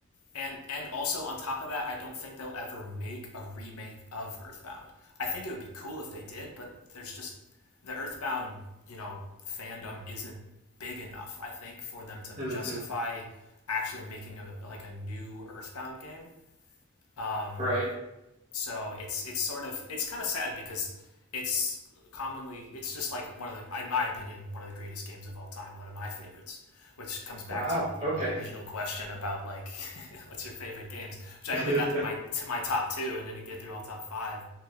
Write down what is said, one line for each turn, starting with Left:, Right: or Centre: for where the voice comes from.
Left: And and also on top of that, I don't think they'll ever make a remake of Earthbound. I think it would be cool if they did, but there's just the Earthbound, you know, fandom isn't big enough. I think for them to
Right: hmm
Left: justify actually making a like a new Earthbound game. Um,
Right: Right.
Left: So it's it's sort of it's kind of sad because it's commonly it's just like one of the in my opinion one of the greatest games of all time, one of my favorites. Which comes back
Right: Wow.
Left: to you
Right: Okay.
Left: know the original question about like <laughs> what's your favorite games, which I
Right: <laughs>
Left: only got through my t- my top two and didn't get through all top five.